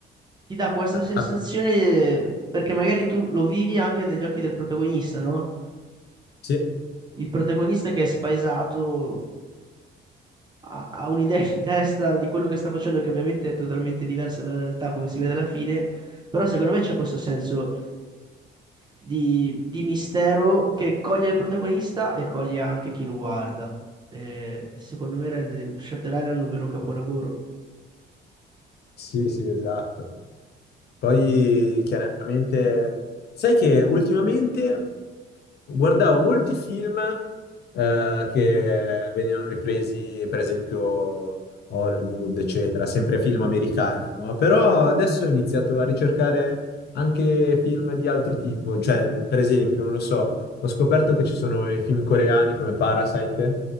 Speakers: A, on the right; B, on the left.
A: ti dà questa
B: a,
A: sensazione,
B: a-
A: eh, perché magari tu lo vivi anche dagli occhi del protagonista, no?
B: sì,
A: Il protagonista che è spaesato ha, ha un'idea in testa di quello che sta facendo, che ovviamente è totalmente diversa dalla realtà, come si vede alla fine. Però secondo me c'è questo senso di, di mistero che coglie il protagonista e coglie anche chi lo guarda. E secondo me rende Shutter Island un vero capolavoro.
B: Sì, sì, esatto. Poi chiaramente, sai che ultimamente guardavo molti film eh, che venivano ripresi, per esempio, Hollywood, eccetera, sempre film americani, no? Però adesso ho iniziato a ricercare anche film di altro tipo, cioè, per esempio, non lo so, ho scoperto che ci sono i film coreani come Parasite,